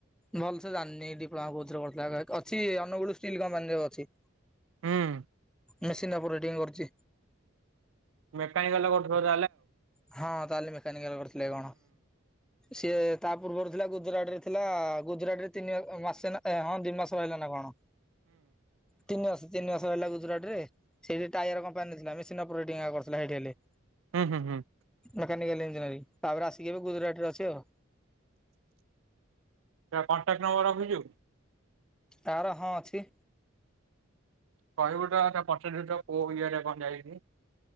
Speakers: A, in the centre; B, on the right (about 75°).
A: ଭଲ ସେ ଜାଣିନି ଡିପ୍ଲୋମା କୋଉଥରେ କରୁଥିଲା ଅଛି ଅନୁଗୁଳ ଷ୍ଟିଲ୍ କମ୍ପାନୀରେ ଅଛି।
B: ହୁଁ।
A: Machine operating କରୁଡ଼ି।
B: ମେକାନିକାଲ କାଲ୍‌ କରୁଥିବ <unintelligible>
A: ହଁ ତାହେଲେ ମେକାନିକାଲ କରୁଥିଲେ କଣ ସିଏ ତା ପୂର୍ବରୁ ଥିଲା ଗୁଜୁରାଟ ରେ ଥିଲା ଗୁଯୁରାଟ ରେ ତିନି ମାସେ ହଁ ଦି ମାସ ରହିଲା ନା କଣ। ତିନି ମାସ ତିନି ମାସ୍‌ ରହିଲା ଗୁଜୁରାଟ ରେ, ସେଇଠ ଟାୟାର କମ୍ପାନୀ ଥିଲା ମେସିନ୍ ଅପରେଟିଙ୍ଗ୍ କରିଥିଲା ସେଇଠି ହେଲେ।
B: ହୁଁ ହୁଁ ହୁଁ।
A: ମେକାନିକାଲ ଇଞ୍ଜିରୀୟରୀଙ୍ଗି ତାପରେ ଆସିକି ଗୁଜୁରାଟରେ ଅଛି ଆଉ।
B: କଣ୍ଟାକ୍ଟ ନମ୍ବର ରଖିଛୁ।
A: ତାର ହଁ ଅଛି।
B: କହିବୁ ତ <unintelligible> କୋଉ ଇଏରେ କଣ ଯାଇନି?